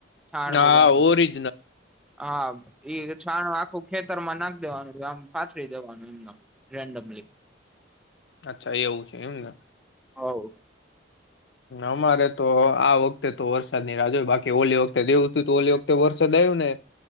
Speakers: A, in the centre; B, on the left (about 70°).
A: છાણ
B: હા
A: બધાને
B: ઓરી
A: હા એ છાણ આખો ખેતર માં નાખ દેવાનું આમ પાથરી દેવાનું એમ રેન્ડમલી
B: અચ્છા એવું છે એમને
A: હોવ
B: અમારે તો આ વખતે તો વરસાદ નની રાહ હોય બાકી ઓલી વખતે દેવું હતું તો ઓલી વખતે વરસાદ આવ્યો ને